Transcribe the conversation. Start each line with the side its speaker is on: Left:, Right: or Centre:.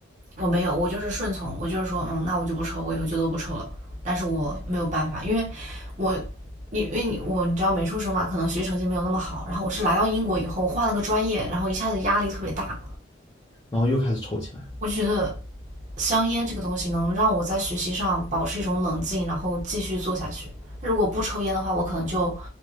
Right: 我没有，我就是顺从，我就是说，嗯，那我就不抽，我以后就都不抽了。但是我没有办法，因为我因为我你知道美术生嘛，可能学习成绩没有那么好。然后我是来到英国以后换了个专业，然后一下子压力特别大。
Left: 然后又开始抽起来了
Right: 我就觉得香烟这个东西能让我在学习上保持一种冷静，然后继续做下去。如果不抽烟的话，我可能就